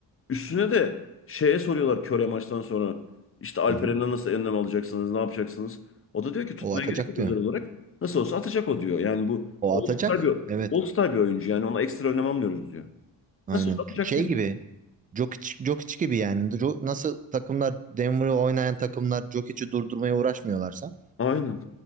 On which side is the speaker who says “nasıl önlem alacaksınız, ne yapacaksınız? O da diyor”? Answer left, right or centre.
Left